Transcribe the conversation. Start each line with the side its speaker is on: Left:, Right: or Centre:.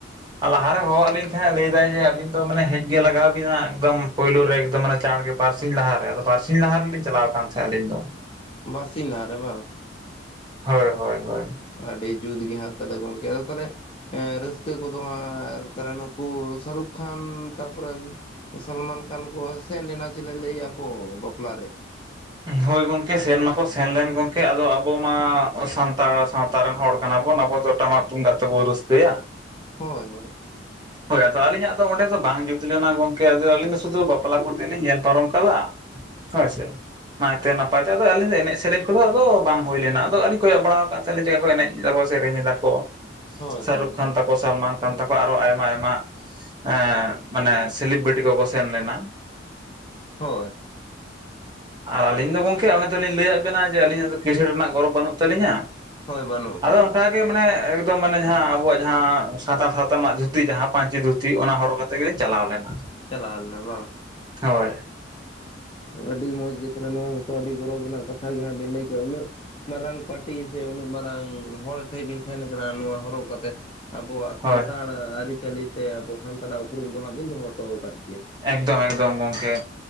Right: ᱞᱟᱦᱟᱨᱮ ᱦᱚᱦᱚ ᱟᱫ ᱞᱤᱧ ᱛᱟᱦᱮᱸᱫ, ᱞᱟᱹᱭᱫᱟᱭ ᱡᱮ ᱟᱹᱵᱤᱱ ᱫᱚ ᱢᱟᱱᱮ ᱦᱮᱡ ᱜᱮ ᱞᱟᱜᱟᱣ ᱵᱤᱱᱟ ᱮᱠᱫᱚᱢ, ᱯᱩᱭᱞᱳ ᱨᱮ ᱮᱠᱫᱚᱢ ᱢᱟᱱᱮ ᱪᱟᱸᱬ ᱜᱮ ᱵᱟᱨᱥᱤᱧ ᱞᱟᱦᱟᱨᱮ, ᱟᱫᱚ ᱵᱟᱨᱥᱤᱧ ᱞᱟᱦᱟ ᱨᱮᱞᱤᱧ ᱪᱟᱞᱟᱣ ᱟᱠᱟᱱ ᱛᱟᱦᱮᱸᱫ ᱟᱹᱞᱤᱧ ᱫᱚ᱾
Left: ᱵᱟᱨᱥᱤᱧ ᱞᱟᱦᱟ ᱨᱮ ᱵᱟᱝ?
Right: ᱦᱳᱭ ᱦᱳᱭ ᱦᱳᱭ᱾
Left: ᱟᱹᱰᱤ ᱡᱩᱛ ᱜᱮ ᱦᱟᱸᱜ ᱛᱟᱦᱚᱞᱮ ᱜᱚᱝᱠᱮ ᱟᱫᱚ ᱛᱟᱦᱚᱞᱮ, ᱮᱸ ᱨᱟᱹᱥᱠᱟᱹ ᱠᱚᱫᱚ ᱦᱟᱸᱜ ᱛᱟᱦᱚᱞᱮ ᱱᱩᱠᱩ ᱥᱟᱨᱩᱠ ᱠᱷᱟᱱ ᱛᱟᱨᱯᱚᱨᱮ, ᱥᱟᱞᱢᱟᱱ ᱠᱷᱟᱱ ᱠᱚ ᱥᱮᱱ ᱞᱮᱱᱟ ᱪᱮᱞᱮ ᱞᱟᱹᱭ ᱮᱫᱟ ᱠᱚ ᱵᱟᱯᱞᱟ ᱨᱮ᱾
Right: ᱦᱳᱭ ᱜᱚᱝᱠᱮ ᱥᱮᱱ ᱢᱟᱠᱚ ᱥᱮᱱᱞᱮᱱ ᱜᱚᱝᱠᱮ, ᱟᱫᱚ ᱟᱵᱚ ᱢᱟ ᱥᱟᱱᱛᱟᱲ ᱥᱟᱶᱛᱟ ᱨᱮᱱ ᱦᱚᱲ, ᱠᱟᱱᱟ ᱵᱚᱱ ᱟᱵᱚ ᱫᱚ ᱴᱟᱢᱟᱠ ᱛᱩᱢᱫᱟᱜ ᱛᱮᱵᱚ ᱨᱟᱹᱥᱠᱟᱹᱭᱟ᱾
Left: ᱦᱳᱭ ᱦᱳᱭ᱾
Right: ᱦᱳᱭ ᱟᱫᱚ ᱟᱹᱞᱤᱧᱟᱜ ᱫᱚ ᱚᱸᱰᱮ ᱫᱚ ᱵᱟᱝ ᱡᱩᱛ ᱞᱮᱱᱟ ᱜᱚᱝᱠᱮ, ᱟᱫᱚ ᱟᱹᱞᱤᱧ ᱫᱚ ᱥᱩᱫᱩ ᱵᱟᱯᱞᱟ ᱠᱚᱛᱮᱜ ᱞᱤᱧ ᱧᱮᱞ ᱯᱟᱨᱚᱢ ᱠᱟᱫᱟ᱾ ᱦᱳᱭ ᱥᱮ᱾ ᱱᱟᱭᱛᱮ ᱱᱟᱯᱟᱭ ᱛᱮ, ᱟᱫᱚ ᱟᱹᱞᱤᱧ ᱫᱚ ᱮᱱᱮᱡ ᱥᱮᱨᱮᱧ ᱠᱚᱫᱚ ᱟᱫᱚ ᱵᱟᱝ ᱦᱩᱭ ᱞᱮᱱᱟ ᱟᱫᱚ ᱟᱹᱞᱤᱧ ᱠᱚᱭᱚᱜ ᱵᱟᱲᱟᱣ ᱠᱟᱜ ᱛᱟᱦᱮᱸᱜ ᱞᱤᱧ ᱪᱮᱫ ᱞᱮᱠᱟ ᱠᱚ ᱮᱱᱮᱡ ᱫᱟᱠᱚ ᱥᱮᱨᱮᱧ ᱮᱫᱟ ᱠᱚ,
Left: ᱦᱳᱭ
Right: ᱥᱟᱨᱩᱠ
Left: ᱦᱳᱭ
Right: ᱠᱷᱟᱱ
Left: ᱦᱳᱭ
Right: ᱛᱟᱠᱚ, ᱥᱟᱞᱢᱟᱱ ᱠᱷᱟᱱ ᱛᱟᱠᱚ ᱟᱨᱚ ᱟᱭ ᱢᱟ ᱟᱭᱢᱟ, ᱮᱸᱻ ᱢᱟᱱᱮ ᱥᱮᱞᱤᱵᱨᱤᱴᱤ ᱠᱚᱠᱚ ᱥᱮᱱ ᱞᱮᱱᱟ᱾
Left: ᱦᱳᱭ᱾
Right: ᱟᱨ ᱟᱹᱞᱤᱧ ᱫᱚ ᱜᱚᱝᱠᱮ ᱚᱱᱮ ᱛᱚᱞᱤᱧ ᱞᱟᱹᱭᱟᱜ ᱵᱮᱱᱟ ᱡᱮ ᱟᱹᱞᱤᱧᱟᱜ ᱫᱚ ᱠᱤᱥᱟᱸᱬ ᱨᱮᱱᱟᱜ ᱜᱚᱨᱚᱵᱽ ᱵᱟᱹᱱᱩᱜ ᱛᱟᱹᱞᱤᱧᱟ,
Left: ᱦᱳᱭ ᱵᱟᱹᱱᱩᱜ
Right: ᱟᱫᱚ
Left: ᱟᱠᱟᱫᱟ
Right: ᱚᱱᱠᱟ ᱜᱮ ᱢᱟᱱᱮ ᱮᱠᱫᱚᱢ ᱢᱟᱱᱮ ᱡᱟᱦᱟᱸ ᱟᱵᱚᱣᱟᱜ ᱡᱟᱦᱟᱸ ᱥᱟᱱᱛᱟᱲ ᱥᱟᱶᱛᱟ ᱨᱮᱱᱟᱜ ᱫᱷᱩ ᱛᱤ, ᱡᱟᱦᱟᱸ ᱯᱟᱧᱪᱤ ᱫᱷᱩᱛᱤ ᱚᱱᱟ ᱦᱚᱨᱚᱜ ᱠᱟᱛᱮ ᱜᱮᱞᱤᱧ ᱪᱟᱞᱟᱣ ᱞᱮᱱᱟ᱾
Left: ᱪᱟᱞᱟᱣ ᱞᱮᱱᱟ ᱵᱟᱝ?
Right: ᱦᱳᱭ᱾
Left: ᱟᱹᱰᱤ ᱢᱚᱸᱡᱽ ᱜᱮ ᱛᱟᱦᱚᱞᱮ ᱱᱚᱣᱟ ᱢᱟᱛᱚ ᱟᱹᱰᱤ ᱜᱚᱨᱚᱵᱽ ᱨᱮᱱᱟᱜ ᱠᱟᱛᱷᱟ ᱜᱮ ᱦᱟᱸᱜ ᱵᱤᱱ ᱞᱟᱹᱭ ᱠᱮᱫᱼᱟ, ᱩᱱᱟᱹᱜ ᱢᱟᱨᱟᱝ ᱯᱟᱴᱤ ᱥᱮ ᱩᱱᱟᱹᱜ ᱢᱟᱨᱟᱝ ᱦᱚᱲ ᱴᱷᱮᱡ ᱵᱤᱱ ᱥᱮᱱ ᱟᱠᱟᱱᱟ ᱱᱚᱣᱟ ᱦᱚᱨᱚᱜ ᱠᱟᱛᱮᱫ᱾ ᱟᱵᱚᱣᱟᱜ ᱥᱟᱱᱛᱟᱲ
Right: ᱦᱳᱭ
Left: ᱟᱨᱤ ᱪᱟᱹᱞᱤ ᱥᱮ ᱟᱵᱚ ᱥᱟᱱᱛᱟᱲᱟᱜ ᱩᱯᱨᱩᱢ ᱫᱚ ᱦᱟᱸᱜ ᱵᱤᱱ ᱫᱚᱦᱚ ᱦᱚᱴᱚ ᱠᱟᱫ ᱜᱮᱭᱟ᱾
Right: ᱮᱠᱫᱚᱢ ᱮᱠᱫᱚᱢ ᱜᱚᱝᱠᱮ,